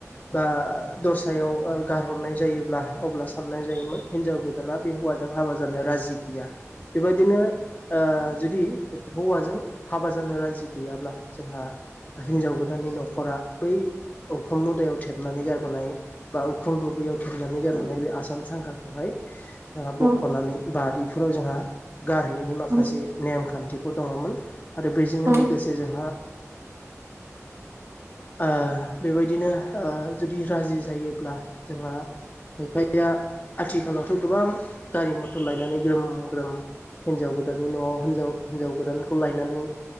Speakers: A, on the left (about 30°); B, on the right (about 50°).
A: बा दस्रायाव गारहरनाय जायोब्ला अब्ला साननाय जायोमोन हिनजाव गोदाना बे हौवाजों हाबा जानो राजि गैया। बेबायदिनो ओ जुदि हौवाजों हाबा जानो राजि गैयाब्ला जोंहा हिनजाव गोदाननि न' खरा बै उखुम मुदायाव थेबनानै गारबोनाय बा उखुम दुबैयाव थेबनानै गारबोनाय बे आसान सांखाखौहाय जोंहा
B: औ
A: बख'नानै बारिफोराव जोंहा गारहैनायनि माखासे
B: उम
A: नेम खान्थिफोर दङ'मोन आरो बेजोंनो
B: उम
A: लोगो गोसे जोंहा ओ बेबायदिनो ओ जुदि राजि जायोब्ला जोंहा खायफाया आथिखालावथ' गोबां गारि मथर लायनानै ग्रोम ग्रोम हिनजाव गोदाननि न'आव होनजाव हिनजाव गोदानखौ लायनानै ओ